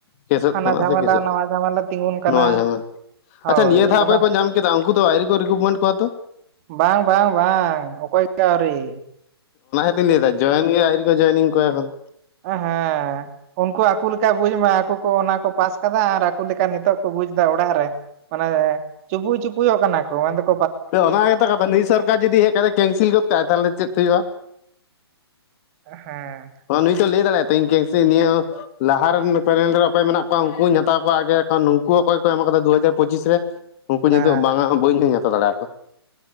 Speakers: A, on the left (about 35°); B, on the right (about 35°).
A: ᱠᱮᱥᱚᱜ
B: ᱦᱟᱱᱟ
A: ᱠᱟᱱᱟ
B: ᱡᱷᱟᱢᱮᱞᱟ
A: ᱥᱮ ᱠᱮᱥᱚᱜ
B: ᱱᱟᱣᱟ
A: ᱠᱟᱱᱟ
B: ᱡᱷᱟᱢᱮᱞᱟ ᱛᱤᱜᱩᱱ ᱠᱟᱱᱟ,
A: ᱱᱚᱣᱟ ᱡᱷᱟᱢᱮᱞᱟ
B: ᱦᱳᱭ
A: ᱟᱪᱪᱷᱟ ᱱᱤᱭᱟᱹ ᱫᱷᱟᱣ
B: ᱟᱫᱚ
A: ᱠᱷᱚᱱᱚᱡ ᱠᱚ ᱧᱟᱢ ᱠᱮᱫᱟ ᱩᱱᱠᱩ ᱫᱚ ᱟᱹᱣᱨᱤ ᱠᱚ ᱨᱤᱠᱨᱩᱴᱢᱮᱱᱴ ᱠᱚᱣᱟ ᱛᱚ?
B: ᱵᱟᱝ, ᱵᱟᱝ, ᱵᱟᱝ! ᱚᱠᱚᱭ ᱜᱮ ᱟᱣᱨᱤ
A: ᱞᱤᱧ ᱞᱟᱹᱭ ᱫᱟ ᱡᱚᱭᱮᱱ ᱜᱮ ᱟᱣᱨᱤ ᱠᱚ ᱡᱚᱭᱱᱤᱝ ᱠᱚᱣᱟ ᱮᱠᱷᱚᱱᱚ
B: ᱚ ᱦᱮᱸᱻ ᱩᱱᱠᱩ ᱟᱠᱩ ᱞᱤᱠᱟ ᱵᱩᱡᱽ ᱢᱟ ᱟᱠᱩ ᱠᱚ ᱚᱱᱟ ᱠᱚ ᱯᱟᱥ ᱠᱟᱫᱟ ᱟᱨ ᱟᱠᱩ ᱞᱮᱠᱟ ᱱᱤᱛᱚᱜ ᱠᱩ ᱵᱩᱡᱽ ᱫᱟ ᱚᱲᱟᱜ ᱨᱮ ᱢᱟᱱᱮᱻ ᱪᱩᱯᱩᱭ ᱪᱩᱯᱩᱭᱚᱜ ᱠᱟᱱᱟ ᱠᱚ ᱢᱮᱱ ᱫᱟᱠ
A: ᱛᱚ ᱚᱱᱟ ᱜᱮᱛᱚ ᱠᱟᱛᱷᱟ ᱱᱩᱭ ᱥᱟᱨᱠᱟᱨ ᱡᱩᱫᱤ ᱦᱮᱡ ᱠᱟᱛᱮ ᱠᱮᱱᱥᱤᱞ ᱜᱚᱫ ᱠᱟᱜᱼᱟᱭ ᱛᱟᱦᱚᱞᱮ ᱪᱮᱫ ᱦᱩᱭᱩᱜᱼᱟ᱾
B: ᱦᱮᱸ
A: ᱚ ᱱᱩᱭ ᱛᱚ ᱞᱟᱹᱭ ᱫᱟᱲᱮᱭᱟᱜ ᱛᱮᱧ ᱠᱮᱭᱥᱤ ᱱᱤᱭᱟᱹ ᱦᱚᱸ ᱞᱟᱦᱟ ᱨᱮᱱ ᱯᱮᱱᱮᱞ‌ ᱨᱮᱫᱚ ᱚᱠᱚᱭ ᱢᱮᱱᱟᱜ ᱠᱚᱣᱟ ᱩᱱᱠᱩᱧ ᱦᱟᱛᱟᱣ ᱠᱚᱣᱟ ᱟᱜᱮ ᱠᱷᱚᱱ ᱱᱩᱝᱠᱩ ᱦᱚᱸ ᱚᱠᱚᱭ ᱠᱚ ᱮᱢ ᱢᱟ ᱠᱟᱫᱟ᱾ ᱫᱩ ᱦᱟᱡᱟᱨ ᱯᱚᱪᱤᱥ ᱨᱮ ᱩᱱᱠᱩ ᱧᱤᱛᱚᱜ
B: ᱦᱮᱸ
A: ᱵᱟᱝᱟ‌ ᱦᱚᱸ ᱵᱟᱹᱧ ᱦᱟᱛᱟᱣ ᱫᱟᱲᱮ ᱭᱟᱠᱚᱣᱟ᱾